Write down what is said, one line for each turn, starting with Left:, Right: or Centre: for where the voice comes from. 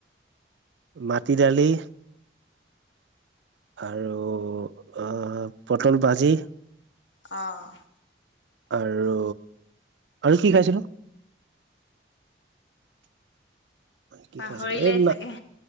Right: মাটি দালি আৰু আহ পটল ভাজি,
Left: অঁ
Right: আৰু আৰু কি খাইছিলো। কি
Left: পাহৰিলে
Right: খাইছিলো এই না
Left: চাগে।